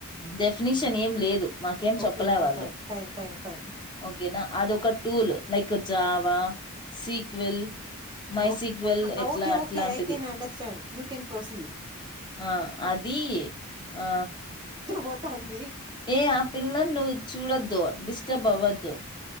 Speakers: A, on the left; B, on the right.
A: డెఫినిషన్ ఏం లేదు మాకేం
B: ఓకే
A: చెప్పలే
B: ఓకే
A: వాళ్ళు
B: ఫైన్ ఫైన్ ఫైన్ ఫైన్
A: ఓకేనా అదొ ఒక tool like Java SQL my
B: okay
A: SQL
B: ఆ
A: ఎట్లా
B: ఓకే
A: అట్లాంటిది
B: ఓకే ఐ can understand you can proceed
A: ఆ అది ఆ
B: పోతన్
A: ఏ ఆ పిల్లర్ ను చూడొద్దు డిస్టర్బ్ అవ్వద్దు